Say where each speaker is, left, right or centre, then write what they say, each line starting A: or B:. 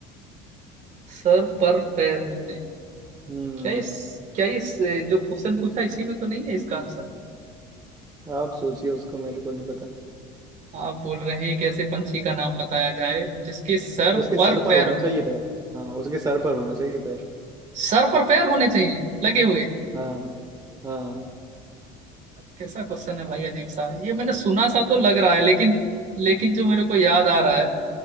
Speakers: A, on the right (about 45°); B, on the right (about 20°).
A: सर पर पैर होते हैं
B: हम्म
A: क्या इस क्या इस जो क्वेश्चन पूछा इसी में तो नहीं है इसका आंसर
B: आप सोचिए उसको मेरे को नहीं पता।
A: आप बोल रहे हैं एक ऐसे पंछी का नाम बताया जाए जिसके सर
B: उसके
A: पर
B: सर पर
A: पैर
B: होना
A: हो
B: चाहिए पैर हाँ उसके सर पर होना चाहिए पैर
A: सर पर पैर होने चाहिए लगे हुए
B: हाँ हाँ
A: कैसा क्वेश्चन है भाई अजीब सा ये मैंने सुना सा तो लग रहा है लेकिन लेकिन जो मेरे को याद आ रहा है